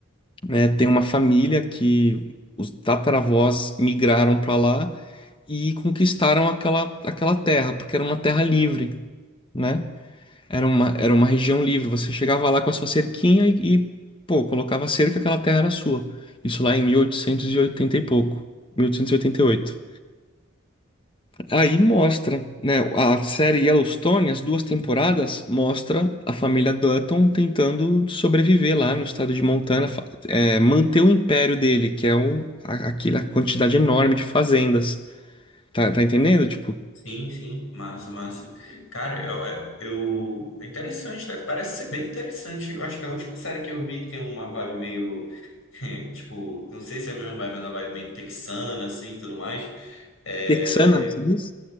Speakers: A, on the left; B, on the left.
A: né? Tem uma família que os tataravós migraram para lá e conquistaram aquela, aquela terra, porque era uma terra livre, né? Era uma, era uma região livre. Você chegava lá com a sua cerquinha e, e, pô, colocava a cerca, aquela terra era sua. Isso lá em mil oitocentos e oitenta e pouco, mil oitocentos e e oitenta e oito. Aí mostra, né? A série Yellowstone, as duas temporadas, mostra a família Dutton tentando sobreviver lá no estado de Montana, fa- é, manter o império dele, que é o, a- aquela quantidade enorme de fazendas. Tá, tá entendendo? Tipo,
B: Sim, sim, massa, massa. Cara, eu, é, eu- é interessante, né? Parece ser bem interessante. Eu acho que a última série que eu vi que tem uma vibe meio, <laughs> tipo, não sei se é a mesma vibe, mas é uma vibe meio texana, assim, tudo mais. É,
A: texana, você diz?